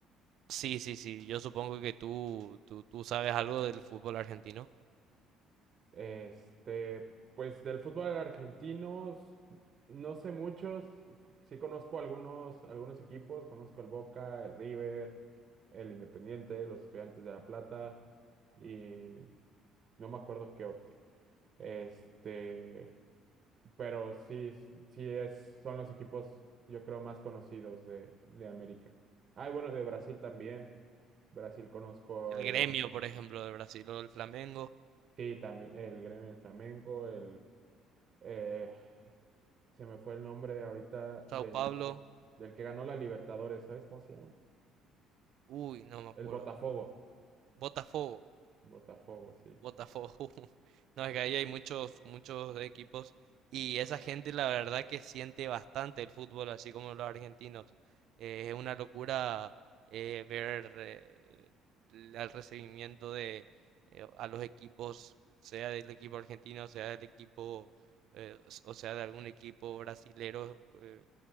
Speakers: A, on the right; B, on the right.
A: sí, sí, sí, yo supongo que tú, tú, tú sabes algo del fútbol argentino.
B: Este, pues del fútbol argentino no sé muchos, sí conozco algunos, algunos equipos, conozco el Boca, el River, el Independiente, los Estudiantes de La Plata y no me acuerdo qué otro. Este, pero sí, sí es, son los equipos yo creo más conocidos de, de América. Ah, y bueno, de Brasil también. Brasil conozco
A: El
B: el,
A: Gremio, por ejemplo, de Brasil, o el Flamengo,
B: sí, también el Gremio del Flamengo, el eh, se me fue el nombre ahorita
A: Sao
B: del,
A: Paulo,
B: del que ganó la Libertadores, ¿sabes cómo se llama?
A: uy, no me acuerdo,
B: El Botafogo.
A: Botafogo.
B: Botafogo, sí.
A: Botafogo. <laughs> No, es que ahí hay muchos, muchos equipos y esa gente la verdad que siente bastante el fútbol, así como los argentinos. Eh, es una locura eh, ver eh, el el recibimiento de eh, a los equipos, sea del equipo argentino, sea del equipo, eh, s- o sea de algún equipo brasilero. eh,